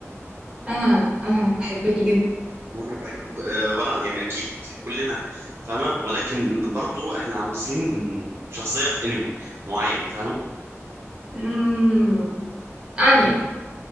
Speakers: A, on the right; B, on the right.
A: انا انا بحبني جدا
B: وانا بحب آه، وانا يعني اكيد كلنا فاهمه ولكن برضو احنا عاوزين إن شخصيه في انمي معين فاهمه
A: امم انيا